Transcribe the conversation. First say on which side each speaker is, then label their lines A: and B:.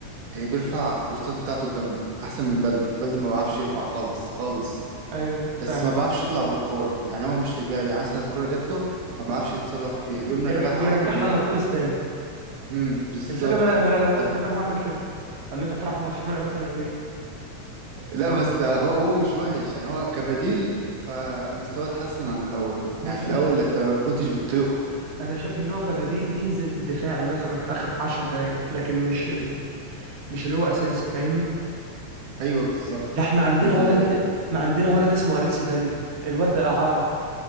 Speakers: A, on the right (about 80°); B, on the right (about 50°).
A: إيه بيرفع الكورسات بتاعته جامده احسن من بلدي بلدي ما بعرفش يرفع خالص خالص
B: ايوه
A: بس
B: فعلا
A: ما بعرفش يطلع بالكوره يعني هو مش ايجابي يعني مثلا الكوره جات له ما بعرفش يتصرف فيها بيقوم
B: بير-
A: مرجعها
B: بيرجعها
A: على طول لورا
B: لمارتينيز تاني
A: امم بالظبط
B: الفكره ما انا ما انا لو واقف
A: ف-
B: مكانه هعمل كده اما انت بتلعب في برشلونه مثلا ليه
A: لا بس هو هو مش وحش يعني هو كبديل فمستواه اتحسن عن الاول
B: بس
A: يعني في
B: انا
A: الاول
B: شا...
A: انت ما كنتش بتطيقه
B: انا شايف ان هو كبديل ينزل دفاعي مثلا في اخر 10 دقائق لكن مش ال... مش اللي هو اساسي فاهمني
A: ايوه بالظبط
B: ده احنا عندنا
A: وال
B: ولد ما عندنا ولد اسمه اليكس فالي الواد ده اعاره